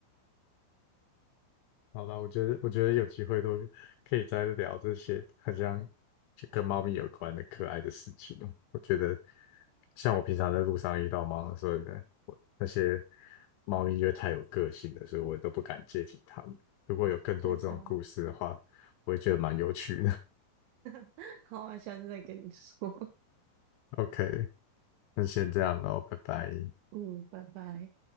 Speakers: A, on the left; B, on the right.
A: 好吧，我觉得我觉得有机会都可以再聊这些好像就跟猫咪有关的可爱的事情哦。我觉得像我平常在路上遇到猫的时候呢，我那些猫咪因为太有个性了，所以我都不敢接近它们。如果有更多这种故事的话，
B: <laughs> 最常。
A: 我也觉得蛮有趣的。
B: <laughs> 好啊，下次再跟你说。
A: <laughs> OK，那先这样喽，拜拜。
B: <laughs> 嗯，拜拜。